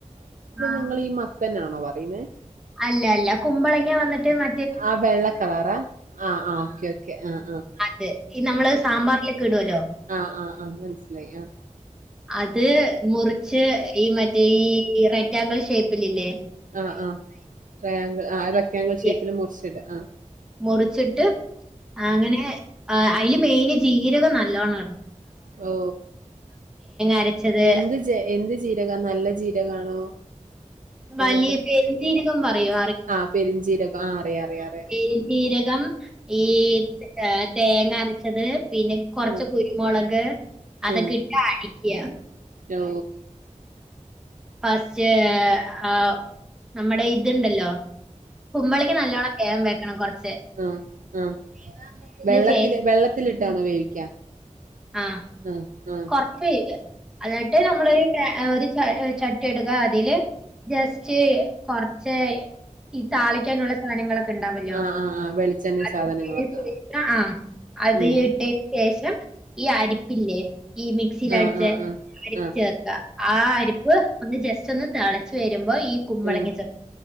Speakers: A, in the centre; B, on the right.
A: ആ
B: നിങ്ങൾ ഈ തന്നെയാണോ പറയുന്നത്
A: അല്ല അല്ല കുമ്പളങ്ങ വന്നിട്ട് മ
B: ആ വെള്ളക്കളറാ ആ ആ് ഓക്കെ ഓക്കെ ആ ആ
A: തെ ഇ നമ്മള് സാമ്പാറിലൊക്കെ ഇടല്ലോ
B: ആഹ് ആഹ് ആഹ് മനസ്സിലായി ആ
A: അത് മുറിച്ച് ഈ മറ്റേ ഈ റെക്ടാംഗിൾ ഷേപ്പിൽല്ലേ
B: ആ ആ ട്രയാങ്കിൾ ആ റക്റ്റങ്കിൽ ഷേപ്പില്
A: യ-
B: മുറിച്ചിട ആ
A: മുറിച്ചിട്ട് അങ്ങനെ അ അയിൽ മെയിന് ജീരകം നല്ലൊണടന
B: ഓ
A: അരച്ചത്
B: എന്ത് ചെ എന്ത് ചീരക നല്ല ജീര കാണോ <unintelligible>
A: വലിയ പെരുംജീരകം പറയോ
B: ആ പെരുംജീരക ആ അറിയാ അറിയ.
A: എര് ജീരകം ഈ ഏ തേങ്ങ അരച്ചത് പിന്നെ കൊറച്ച്
B: ഉം
A: കുരുമുളക് അതൊക്കെട്ട
B: ഉം
A: അടിക്യാ.
B: ഓ
A: ഫസ്റ്റ് ആ നമ്മടെ ഇദ്ണ്ടല്ലോ കുമ്പളങ്ങ്യ നല്ലോണം വേവവെക്കണം കൊറച്ച്
B: അ അ വെള്ളത്തിൽ
A: ശേഷം
B: വെള്ളത്തിലിട്ടാണോ വേവിക്ക
A: ആ
B: ആഹ് ആഹ്
A: കുറച്ച് <unintelligible> എന്നിട്ട് നമ്മളൊരു ച ഒരു ച ചട്ടി ട്ടി എട്ക്കാ അതില് ജസ്റ്റ് കൊറച്ച് ഈ താളിക്കാനുള്ള സാധനങ്ങളൊക്കെ ഉണ്ടാവല്ലോ
B: ആഹ് ആഹ് ആഹ് വെളിച്ചെണ്ണ
A: അത്ട്ട
B: സാധനങ്ങളൊക്കെ
A: <unintelligible> ആ അത്
B: ഉം
A: എ ഇട്ടതിനന് ശേഷം ഈ അരിപ്പില്ലേ ഈ മിക്സിൽ
B: ആഹ്
A: അടച്ച്
B: ആഹ് ആഹ്
A: അരിപ്പ്
B: ആഹ്
A: ചേർ ആ അരിപ്പ് ഒന്ന് ജസ്റ്റ് ഒന്ന് തിളച്ചു വരുമ്പോ ഈ കുമ്പളങ്ങ
B: ആഹ്
A: ച